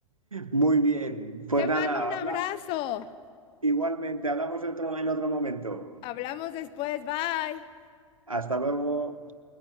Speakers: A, on the right (about 85°); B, on the left (about 30°).
A: Muy bien, pues
B: Te
A: nada,
B: mando un
A: habla,
B: abrazo.
A: igualmente, hablamos otro, en otro momento.
B: Hablamos después. Bye.
A: Hasta luego.